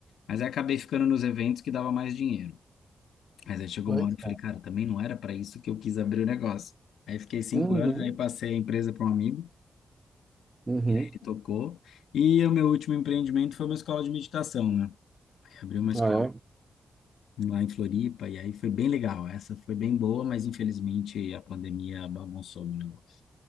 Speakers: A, on the left; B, on the right.
A: Mas aí acabei ficando nos eventos que dava mais dinheiro. Mas aí chegou
B: Mas-
A: uma hora que eu falei, cara, também não era para isso que eu quis abrir o negócio. Aí fiquei cinco
B: Uhum.
A: anos, aí passei a empresa para um amigo
B: Uhum.
A: ele tocou. E o meu último empreendimento foi uma escola de meditação, né? Eu Abri uma escola
B: Ah, é?
A: lá em Floripa e aí foi bem legal. Essa foi bem boa, mas infelizmente a pandemia bagunçou o negócio.